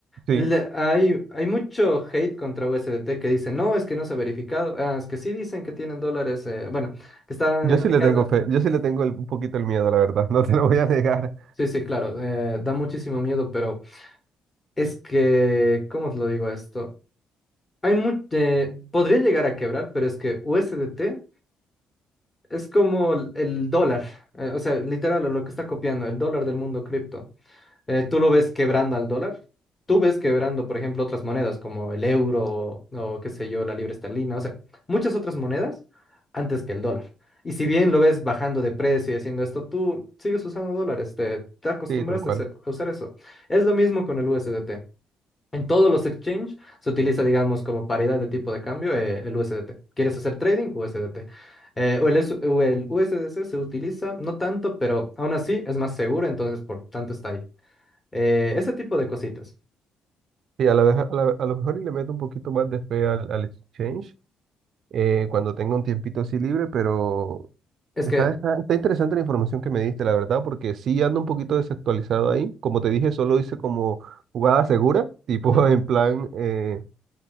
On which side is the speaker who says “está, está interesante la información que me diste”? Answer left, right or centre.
Right